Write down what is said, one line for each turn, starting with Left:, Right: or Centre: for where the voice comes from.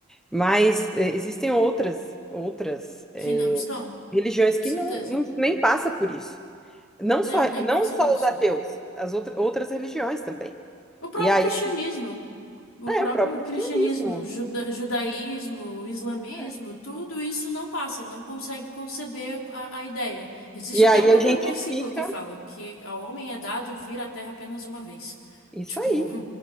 Centre: mas eh, existem outras outras eh,
Left: Que não estão,
Centre: religiões
Left: com
Centre: que
Left: certeza.
Centre: não, não nem passa por isso. Não
Left: Não,
Centre: só,
Left: nem
Centre: não
Left: passa
Centre: só
Left: por isso.
Centre: os ateus, as outra, outras religiões também.
Left: O próprio
Centre: E aí,
Left: cristianismo, o
Centre: é,
Left: próprio
Centre: o próprio
Left: cristianismo,
Centre: cristianismo.
Left: juda- judaísmo, islamismo,
Centre: É.
Left: tudo isso não passa, não consegue conceber a, a ideia. Existe
Centre: E
Left: até
Centre: aí
Left: uma,
Centre: a gente
Left: ve- um versículo
Centre: fica,
Left: que fala que ao homem é dado vir à terra apenas uma vez.
Centre: isso
Left: Tipo,
Centre: aí,